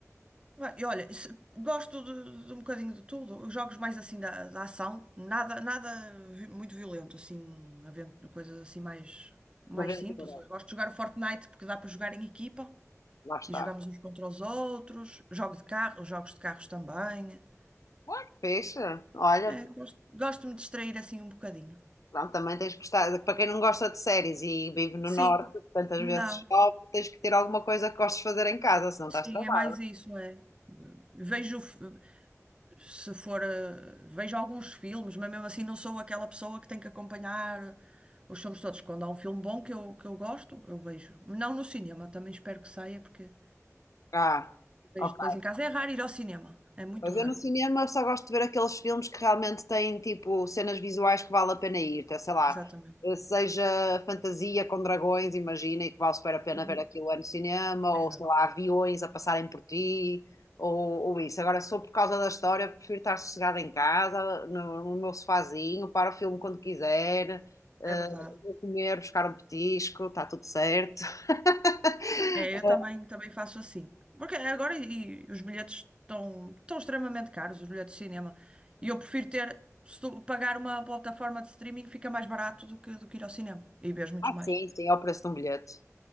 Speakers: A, on the right (about 20°); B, on the left (about 75°).
A: Bem, E olha, se- gosto de, de um bocadinho de tudo, os jogos mais assim da, da ação, nada, nada vi- muito violento, assim, havendo coisas assim mais, mais
B: Da aventura.
A: simples. Eu gosto de jogar o Fortnite porque dá para jogar em equipa
B: Lá está.
A: e jogamos uns contra os outros, jogo de carro, jogos de carros também.
B: Ah, que Fixe. Olha,
A: É, gosto, gosto de me distrair assim um bocadinho.
B: Pronto, também tens que estar. Para quem não gosta de séries e vive no
A: Sim,
B: norte, tantas
A: não.
B: vezes chove, tens que ter alguma coisa que gostes de fazer em casa, senão estás
A: Sim,
B: travado.
A: é mais isso, é. Vejo, f- se for, eh, vejo alguns filmes, mas mesmo assim não sou aquela pessoa que tem que acompanhar os filmes todos. Quando há um filme bom que eu, que eu gosto, eu vejo. Não no cinema, também espero que saia, porque
B: Ah,
A: vejo
B: ok.
A: depois em casa. É raro ir ao cinema, é muito
B: Mas eu
A: raro.
B: no cinema só gosto de ver aqueles filmes que realmente têm tipo cenas visuais que vale a pena ir, então, sei lá,
A: Exatamente.
B: eh, seja fantasia com dragões, imagina, e que vale super a pena
A: Uhum,
B: ver aquilo é no cinema,
A: exato.
B: ou sei lá, aviões a passarem por ti, ou, ou isso. Agora, sou por causa da história, prefiro estar sossegada em casa, no, no meu sofazinho, para o filme quando quiser, eh,
A: É verdade.
B: vou comer, buscar um petisco, está tudo certo. <laughs>
A: É, eu também, também faço assim. Porque agora e- e os bilhetes estão, estão extremamente caros, os bilhetes de cinema. E eu prefiro ter, se tu pagar uma plataforma de streaming, fica mais barato do que, do que ir ao cinema. E vês muitos
B: Ah,
A: mais.
B: sim, sim, é o preço de um bilhete.